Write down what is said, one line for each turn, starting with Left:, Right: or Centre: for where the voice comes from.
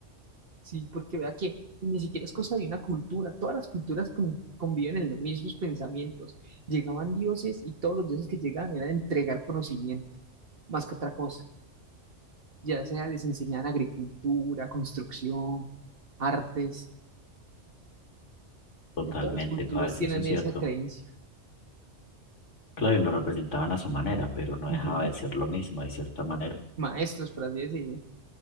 Right: Sí, porque vea que ni siquiera es cosa de una cultura, todas las culturas con- conviven en los mismos pensamientos. Llegaban dioses y todos los dioses que llegaban eran entregar conocimiento, más que otra cosa, ya sea les enseñaban agricultura, construcción, artes,
Left: Totalmente,
Right: en todas las culturas
Left: parce,
Right: tienen
Left: eso es
Right: esa
Left: cierto.
Right: creencia.
Left: Claro, y lo representaban a su manera, pero no
Right: Ujú,
Left: dejaba de ser lo mismo, de cierta manera.
Right: Maestros, por así decirlo.